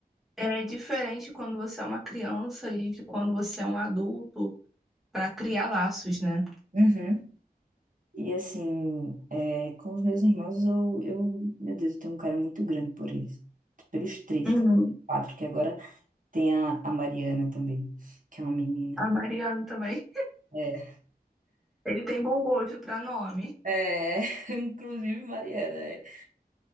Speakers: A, in the centre; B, on the right (about 55°).
A: é diferente quando você é uma criança e de quando você é um adulto para criar laços, né?
B: Uhum. E assim, é, com os meus irmãos, eu, eu, meu Deus, eu tenho um carinho muito grande por eles. Pelos três,
A: Uhum.
B: quatro, que agora tem a, a Mariana também, que é uma menina.
A: A Mariana também.
B: É.
A: Ele tem bom gosto para nome.
B: É, <laughs> inclusive Mariana. é.